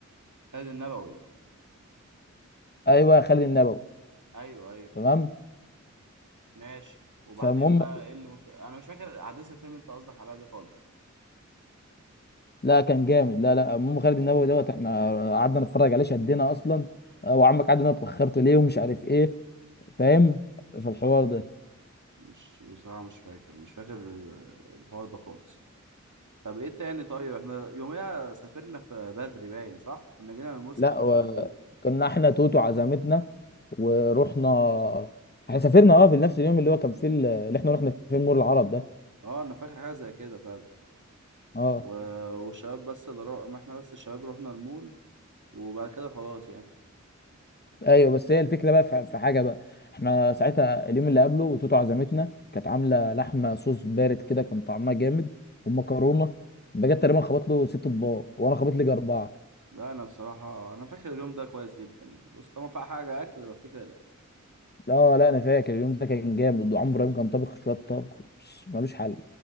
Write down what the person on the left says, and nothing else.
ايوه خالد النبوي
تمام
فالمهم
لا كان جامد لا لا المهم خالد النبوي دوت احنا قعدنا نتفرج عليه شدينا اصلا وعمك قعد انا اتاخرت ليه ومش عارف ايه فاهم في الحوار ده
لا و...
كنا احنا توتو عزمتنا ورحنا احنا سافرنا اه في نفس اليوم اللي هو كان فيه ال- اللي احنا رحنا فيه المول العرب ده
اه
ايوه بس هي الفكره بقى في في حاجه بقى احنا ساعتها اليوم اللي قبله توتو عزمتنا كانت عامله لحمه صوص بارد كده كان طعمها جامد ومكرونه بجد تقريبا خبط له ست اطباق وانا خبط لي اربعه
لا لا انا فاكر اليوم ده كان جامد وعمرو ابراهيم كان طابخ شويه طبخ بس ملوش حل